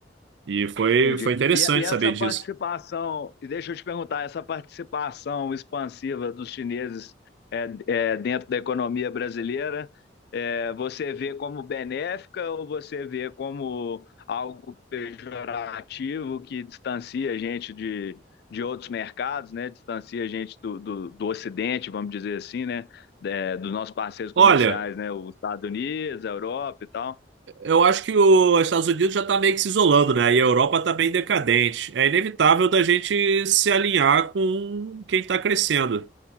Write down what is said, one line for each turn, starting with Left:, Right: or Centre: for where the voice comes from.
Right: E foi,
Left: Entendi.
Right: foi interessante
Left: E, e essa
Right: saber disso.
Left: participação, e deixa eu te perguntar, essa participação expansiva dos chineses é, é, dentro da economia brasileira, é, você vê como benéfica ou você vê como algo pejorativo que distancia a gente de, de outros mercados, né? Distancia a gente do, do, do Ocidente, vamos dizer assim, né? É, dos nossos parceiros comerciais,
Right: Olha,
Left: né? Os Estados Unidos, a Europa e tal.
Right: eu acho que os Estados Unidos já está meio que se isolando, né? E a Europa está bem decadente. É inevitável da gente se alinhar com quem está crescendo.